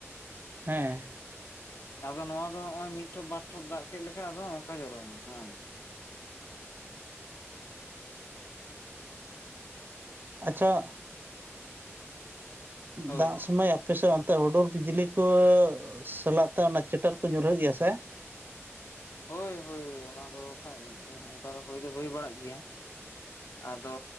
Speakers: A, on the right; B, on the left.
A: ᱦᱮᱸ
B: ᱟᱫᱚ ᱱᱚᱣᱟ ᱫᱚ ᱦᱚᱜᱼᱚᱭ ᱢᱤᱜ ᱴᱷᱚᱯ ᱵᱟᱨ ᱴᱷᱚᱯ ᱫᱟᱜ ᱠᱮᱜ ᱞᱮᱠᱟ ᱟᱫᱚ ᱦᱚᱸᱜᱼᱚᱝᱠᱟ ᱡᱚᱨᱚᱭᱮᱱᱟ ᱦᱚᱜᱼᱚᱭ᱾
A: ᱟᱪᱪᱷᱟ
B: ᱦᱳᱭ
A: ᱫᱟᱜ ᱥᱩᱢᱟᱹᱭ ᱟᱯᱮᱥᱜ ᱚᱱᱛᱮ ᱦᱩᱰᱩᱨ ᱵᱤᱡᱽᱞᱤ ᱠᱚ ᱥᱟᱞᱟᱜ ᱛᱮ ᱚᱱᱟ ᱪᱮᱴᱮᱨ ᱠᱚ ᱧᱩᱨᱦᱟᱹᱜ ᱜᱮᱭᱟ ᱥᱮ?
B: ᱦᱳᱭ ᱦᱳᱭ ᱚᱱᱟ ᱫᱚ ᱠᱷᱟᱡ ᱚᱝᱠᱟ ᱫᱚ ᱦᱳᱭ ᱫᱚ ᱦᱳᱭ ᱵᱟᱲᱟᱜ ᱜᱮᱭᱟ᱾ ᱟᱫᱚ